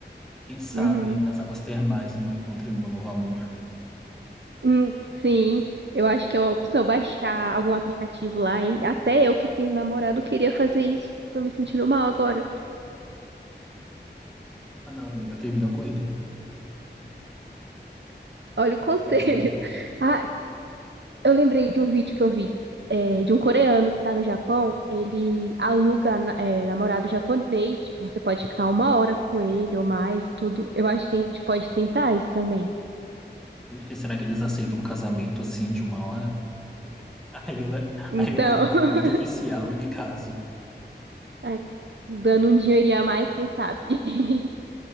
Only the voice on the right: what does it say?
Uhum.
Hum, sim, eu acho que é uma opção baixar algum aplicativo lá, hein? Até eu que tenho namorado queria fazer isso. Tô me sentindo mal agora.
Olha o conselho.
<laughs> Ah, Eu lembrei de um vídeo que eu vi, é, de um coreano que tá no Japão. Ele aluga, na- é, namorado japonês. Tipo, você pode ficar uma hora com ele ou mais, tudo. Eu acho que a gente pode tentar isso também.
Então,
<laughs>
é, dando um dinheirinho a mais, quem sabe? <laughs>